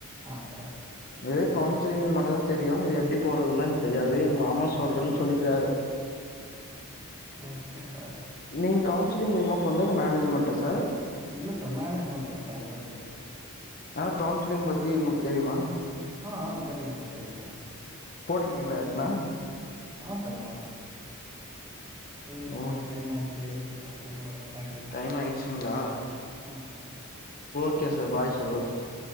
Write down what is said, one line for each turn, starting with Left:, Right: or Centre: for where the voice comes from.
Right: அ சார்
Left: இதே கவுன்சிலிங் மட்டு தா தெரியு அது எப்டி போட்றதுன்னு தெரியாது எங்க மாமா சொல்றேன்னு சொல்லிர்காரு
Right: ஓகே சார்
Left: நீங்க கவுன்சிலிங் மூலிமா போன்த இல்ல மேனேஜ்மெண்ட்டா சார்
Right: இல்ல சார் மேனேஜ்மெண்ட்தா டேரெக்ட்டா போய்ட்ட
Left: ஆனா கவுன்சிலிங் பத்தி உங்ளுகு தெர்யுமா
Right: அ அ தெரியு சார் தெரியு சா
Left: போட்டிருக்கீங்களா எப்னா
Right: அ சார் நா செரிங் சார்
Left: ஓகே
Right: டைம் ஆச்சு நா கூப்டுற thank you
Left: time ஆயிடுச்சுங்களா
Right: <unintelligible>
Left: okay sir bye sir okay sir